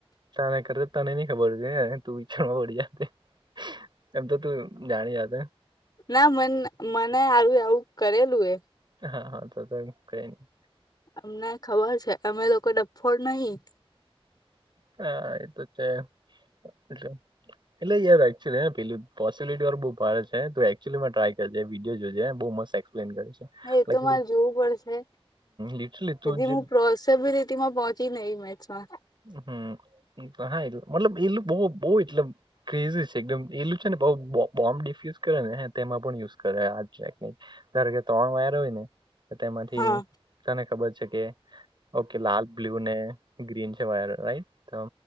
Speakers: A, on the right; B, on the left.
A: તને કર તને નઈ ખબર છે તું પિકચણ માં પડી જ. એમ તો તું જાણી જાદ.
B: ના મને મને આું એવું કરેલું એ.
A: હા હા તો તો કઈ નહી.
B: અમને ખબર છે અમે લોકોઈ ડફોળ નહીિ.
A: હા એ તો છે એ. એટલે યારુલી પેલી પોસબિલિટી વાર બઉુ ભારે છે તો એકચુલી મે ટ્રાય કરે વિડીયો જોઈ બુ મ પ્લેન કરે છે.
B: હા એ
A: લાઈક
B: તો મારે જોવું પડશે
A: લિટરલી તું
B: હજી
A: જે
B: હું પ્રો. સભી રીતી માં પહોંચી નઈ મેચમાં.
A: હમ હા એ મતલબ એલું બ બહ એટલ. ક્રેઝ છે એકદમ એલું છે નેમ્. યુઝ કરે ને તેમાં પણ યુઝ કરે આ ટેકનિક કે ત્રણ વાયર હોય ને. તેમાંથી
B: હા
A: તને ખબર છે કે ઓકે લાલ બ્લુ ને ગ્રીન. રાઈટ. તો